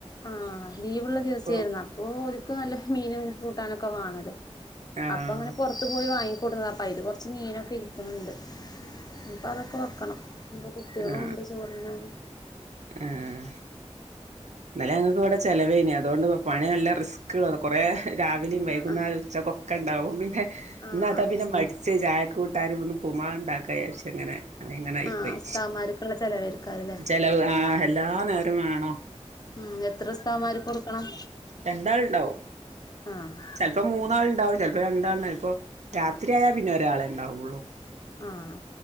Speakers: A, on the left; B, on the right.
A: ആഹ് ലിവുള്ള ദിവസ
B: ഇപ്പൊ
A: ആരുന്നു അപ്പൊ ഓല്ക്ക് നല്ല മീനും കൂട്ടാനൊക്കെ വേണല്ലോ
B: ആഹ്
A: അപ്പൊ ഇങ്ങനെ പുറത്ത് പോയി വാങ്ങി കെട്ന്നതാ അപ്പെ അയില് കുറ ച്ച് മീനൊക്കെ ഇരിക്കുണുണ്ട് അപ്പോ അതൊക്കെ വെക്കണം ഇന്ന് കുട്ട്യാളുണ്ട്
B: ആഹ്
A: ചോറ് തിന്നാന്
B: ആഹ് ഇന്നലെ ഞങ്ങൾക്ക് ഇവിടെ ചിലവ്വേയ്നി അതുകൊണ്ട് പണി നല്ല റിസ്കള്ള കുറേ രാവിലെയും
A: ആഹ്
B: വൈകുന്നരം
A: ആഹ്
B: ഉച്ചക്ക് ഒക്കെ ഇണ്ടാവും പിന്നെ
A: ആഹ്
B: ഇന്ന് അതാ പിന്നെ മടിച്ച് ചായക്ക് കൂട്ടാനും ഒന്ന് ഉപ്പുമാവ് ഉണ്ടാക്കാ വിചാരിച്ച് അങ്ങനെ ഇങ്ങനെയിപ്പോയി
A: ആഹ് ഉസ്താദ്മാർക്കുള്ള ചെലവേര്ക്കാരല്ലേ
B: ചെലവ് ആ എല്ലാ നേരവും വേണോ
A: ഉം എത്ര ഉസ്താദ്മാര്ക്ക് കൊടുക്കണം
B: രണ്ടാൾണ്ടാവും
A: ആഹ്
B: ചിലപ്പോ മൂന്നാൾ ണ്ടാവും ചിലപ്പോ രണ്ടാൾ ണ്ടാവും ഇപ്പ രാത്രിയായൽ പിന്നെ ഒരാളെ ഉണ്ടാവുള്ളൂ
A: ആഹ